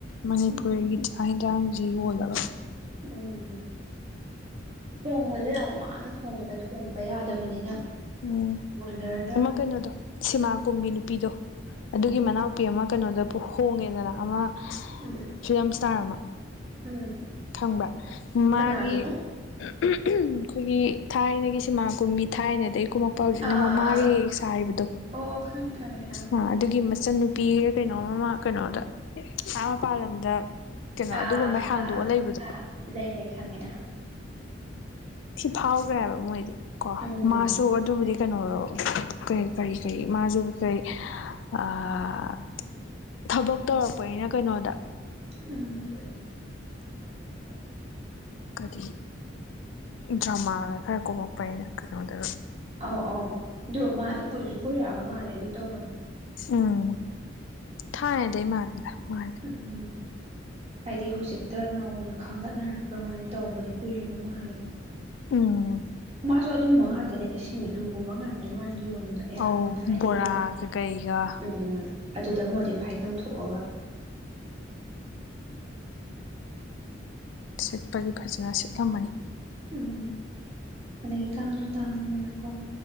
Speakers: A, on the left (about 75°); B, on the right (about 35°).
A: ꯃꯅꯤꯄꯨꯔꯒꯤ
B: ꯎꯝ
A: ꯆꯥꯛ ꯌꯦꯟꯁꯥꯡꯁꯤ ꯌꯣꯜꯂꯒ
B: ꯎꯝ ꯊꯣꯡꯕꯁꯦ ꯌꯥꯝ ꯋꯥꯅ ꯊꯣꯡꯢꯗ ꯊꯣꯡꯕ ꯌꯥꯗꯕꯅꯤꯅ
A: ꯎꯝ
B: ꯕꯣꯏꯂꯔꯗ
A: ꯑꯃ ꯀꯩꯅꯣꯗꯣ ꯁꯤꯃꯥ ꯀꯨꯝꯕꯤ ꯅꯨꯄꯤꯗꯣ ꯑꯗꯨꯒꯤ
B: ꯎꯝ
A: ꯃꯅꯥꯎꯄꯤ ꯑꯃ ꯀꯩꯅꯣꯗ ꯍꯣꯡꯉꯦꯗꯅ ꯑꯃ
B: ꯎꯝ
A: ꯐꯤꯂꯝ ꯏꯁꯇꯥꯔ ꯑꯃ
B: ꯎꯝ
A: ꯈꯪꯕ꯭ꯔꯥ ꯃꯥꯒꯤ
B: ꯀꯅꯥꯒꯤꯕ
A: ꯑꯩꯈꯣꯏꯒꯤ ꯊꯥꯏꯅꯒꯤ ꯁꯤꯃꯥ ꯀꯨꯝꯕꯤ ꯊꯥꯏꯅꯗꯤ ꯍꯧꯖꯤꯛꯅ
B: ꯑꯥ ꯑꯥ
A: ꯃꯃꯥꯒ
B: ꯑꯥ ꯑꯥ ꯑꯥ
A: ꯍꯦꯛ ꯍꯦꯛ ꯁꯥꯔꯤꯕꯗꯣ
B: ꯑꯣ ꯑꯣ ꯈꯪꯉꯦ ꯈꯪꯉꯦ
A: ꯑꯥ ꯑꯗꯨꯒꯤ ꯃꯆꯟꯅꯨ ꯄꯤꯌꯦ ꯀꯩꯅꯣ ꯑꯃ ꯀꯩꯅꯣꯗ ꯑꯥ ꯃꯄꯥꯥꯟ ꯂꯝꯗ ꯀꯩꯅꯣ ꯑꯗꯨꯒꯨꯝꯕꯩ
B: ꯑꯥ ꯑꯥ ꯑꯥ
A: ꯍꯥꯡꯗꯣꯛ
B: ꯑꯥ
A: ꯑꯥꯒ
B: ꯑꯥ
A: ꯂꯩꯕꯗꯣ
B: ꯑꯥ ꯂꯩ ꯂꯩ ꯈꯪꯉꯦ ꯑꯥ
A: ꯊꯤ ꯐꯥꯎꯈ꯭ꯔꯦꯕ ꯃꯣꯏꯗꯤ ꯀꯣ
B: ꯎꯝ
A: ꯃꯥꯁꯨ ꯑꯗꯨꯕꯨꯗꯤ ꯀꯩꯅꯣꯔꯣ ꯀꯔꯤ ꯀꯔꯤ ꯀꯔꯤ ꯃꯥꯁꯨ ꯀꯩ ꯑꯥ ꯊꯕꯛ ꯇꯧꯔꯛꯄꯅꯤꯅ ꯀꯩꯅꯣꯗ
B: ꯎꯝ
A: ꯀꯔꯤ ꯗ꯭ꯔꯃꯥꯒ ꯈꯔ ꯀꯨꯝꯃꯛꯄꯅꯤꯅ ꯀꯩꯅꯣꯗ
B: ꯑꯧ ꯑꯧ ꯑꯗꯣ ꯃꯥꯗꯨ ꯀꯨꯏꯁꯨ ꯀꯨꯏꯔꯛꯑꯕ ꯃꯥꯜꯂꯦ ꯑꯗꯨ ꯇꯧꯕꯗꯣ
A: ꯎꯝ ꯊꯥꯏꯅꯗꯩ ꯃꯥꯜꯂꯦꯗ ꯃꯥ
B: ꯎꯝ ꯍꯥꯏꯗꯤ ꯍꯧꯖꯤꯛꯇ ꯅꯧꯅ ꯈꯪꯒꯠꯅꯔꯛꯄ ꯋꯥꯅꯤ ꯇꯧꯕꯗꯤ ꯀꯨꯏꯔꯕ ꯃꯥꯜꯂꯦ
A: ꯎꯝ
B: ꯃꯥꯁꯨ ꯑꯗꯨꯝꯕ ꯉꯥꯛꯇꯅꯤꯗ ꯁꯤꯡꯖꯨꯒꯨꯝꯕ ꯉꯥꯛꯇꯅꯦ ꯃꯥꯅ ꯌꯣꯜꯂꯤꯗꯣ ꯑꯌꯥꯝꯕꯅ
A: ꯑꯧ
B: ꯍꯥꯏꯗꯤ
A: ꯕꯣꯔꯥꯒ
B: ꯌꯥꯝ
A: ꯀꯩꯒ
B: ꯎꯝ ꯑꯗꯨꯗ ꯃꯣꯗꯤꯐꯥꯏ ꯇꯧꯊꯣꯛꯑꯒ
A: ꯁꯤꯠꯄꯗꯤ ꯐꯖꯅ ꯁꯤꯠꯂꯝꯃꯅꯤ
B: ꯎꯝ ꯑꯗꯩꯒꯤ ꯇꯥꯡꯁꯨ ꯇꯥꯡꯉꯤꯗꯅꯥꯀꯣ